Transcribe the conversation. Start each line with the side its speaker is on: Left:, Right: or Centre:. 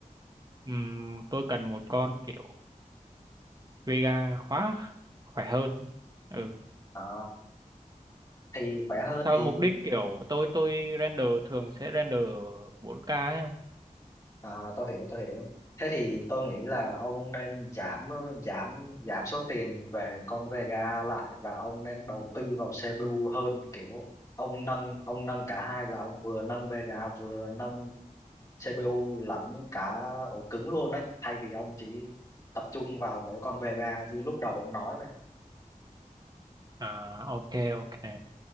Right: ừm, tôi cần một con kiểu Vega khóa khỏe hơn. Ừ.
Left: Ờ, thì khỏe hơn
Right: Sao
Left: thì
Right: mục đích kiểu tôi tôi render thường sẽ render bốn k ấy không?
Left: À, tôi hiểu tôi hiểu. Thế thì tôi nghĩ là ông nên giảm giảm giảm số tiền về con Vega lại và ông nên đầu tư vào CPU hơn kiểu ông nâng ông nâng cả hai là ông vừa nâng Vega vừa nâng CPU lẫn cả ổ cứng luôn đấy thay vì ông chỉ tập trung vào mỗi con Vega như lúc đầu ông nói vậy.
Right: À ok ok.